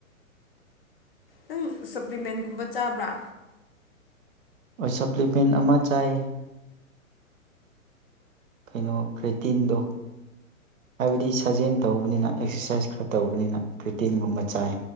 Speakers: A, on the left; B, on the right.
A: ꯅꯪ ꯁꯄ꯭ꯂꯤꯃꯦꯟꯒꯨꯝꯕ ꯆꯥꯕ꯭ꯔꯥ
B: ꯁꯄ꯭ꯂꯤꯃꯦꯟ ꯑꯃ ꯆꯥꯏ ꯀꯩꯅꯣ ꯀ꯭ꯔꯦꯇꯤꯟꯗꯣ ꯍꯥꯏꯕꯗꯤ ꯁꯥꯖꯦꯜ ꯇꯧꯕꯅꯤꯅ ꯑꯦꯛꯁꯔꯁꯥꯏꯁ ꯈꯔ ꯇꯧꯕꯅꯤꯅ ꯔ꯭ꯔꯔꯤꯇꯤꯟꯒꯨꯝꯕ ꯆꯥꯏ